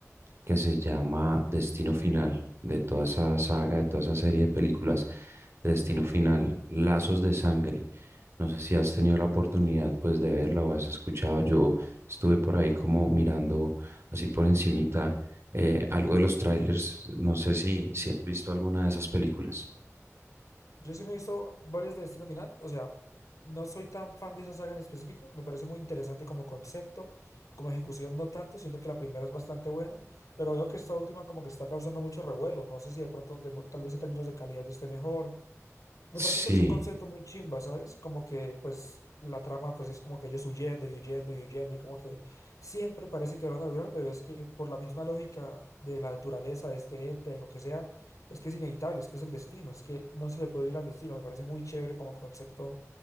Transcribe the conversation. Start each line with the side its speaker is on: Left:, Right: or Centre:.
Right: que se llama Destino Final, de toda esa saga, de toda esa serie de películas de Destino
Left: Sí.
Right: Final, Lazos de Sangre. No sé si has tenido la oportunidad pues de verla o has escuchado. Yo estuve por ahí como mirando así por encimita eh, algo de los trailers. No sé si, si has visto alguna de esas películas.
Left: Yo sí me he visto varios de Destino Final. O sea, no soy tan fan de esa saga en específico. Me parece muy interesante como concepto, como ejecución no tanto. Siento que la primera es bastante buena. Pero veo que esta última como que está causando mucho revuelo. No sé si de pronto, de mo- tal vez en términos de calidad esté mejor Me
Right: Sí.
Left: parece que es un concepto muy chimba, ¿sabes? Como que, pues, la trama, pues, es como que ellos huyendo y huyendo y huyendo y como que siempre parece que lo van a lograr, pero es que por la misma lógica de la naturaleza, de este ente, de lo que sea, es que es inevitable, es que es el destino, es que no se le puede ir al destino. Me parece muy chévere como concepto,